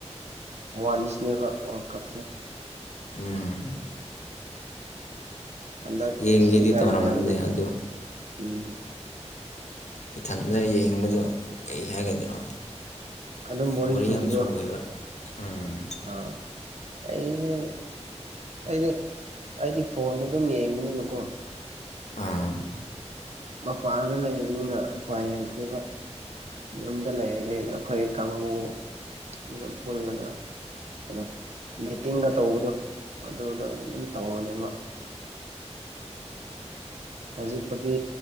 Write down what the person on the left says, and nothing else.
ꯎꯝ
ꯌꯦꯡꯒꯦꯗꯤ
ꯇꯧꯔꯝꯕꯅꯦ ꯑꯗꯨ
ꯏꯊꯟꯗ ꯌꯦꯡꯕꯗꯣ ꯀꯔꯤ ꯍꯥꯏꯒꯗ꯭ꯔꯣ
ꯕꯣꯔꯤꯡ
ꯌꯥꯝ ꯆꯨ ꯑꯣꯏꯕ ꯎꯝ
ꯑꯥ